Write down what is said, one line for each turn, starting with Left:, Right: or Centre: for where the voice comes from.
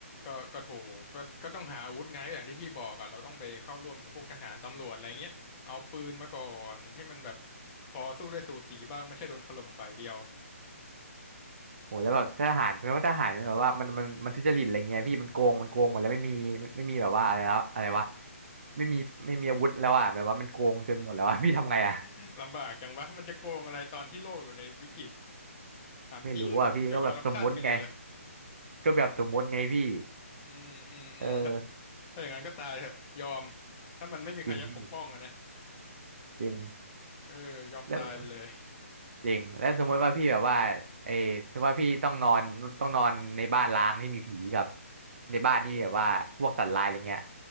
Left: ก็ก็ถูกก็ก็ต้องหาอาวุธไงอย่างที่พี่บอกอะเราต้องไปเข้าร่วมกับพวกทหารตำรวจอะไรเงี้ยเอาปืนมาก่อนให้มันแบบพอสู้ได้สูสีบ้างไม่ใช่โดนถล่มฝ่ายเดียว
Right: โอ้แล้วแบบทหารเพราะว่าทหารมันแบบว่ามันมันมันทุจริตอะไรเงี้ยพี่มันโกงมันโกงหมดแล้วไม่มีไม่มีแบบว่าอะไรแล้วอะไรวะไม่มีไม่มีอาวุธแล้วอ่ะแบบว่ามันโกงจนหมดแล้วอ่ะ <laughs> พี่ทำไงอ่ะ
Left: <laughs> ลำบากจังวะมันจะโกงอะไรตอนที่โลกอยู่ในวิกฤตถามจริงจะคอร์รัปชันกันอีกเลย
Right: ไม่รู้อ่ะพี่ก็แบบสมมุติไงก็แบบสมมุติไงพี่
Left: อืมอืมอืมถ้า
Right: เออ
Left: ถ้าอย่างนั้นก็ตายเถอะยอมถ้ามันไม่มีใครจะปกป้องอะนะ
Right: จริงพี่จริง
Left: เออยอมตายไปเลย
Right: แล้ว จริงแล้วสมมติว่าพี่แบบว่าไอ้สมมติว่าพี่ต้องนอนต้องนอนในบ้านร้างที่มีผีกับในบ้านที่แบบว่าพวกสัตว์ร้ายอะไรเงี้ย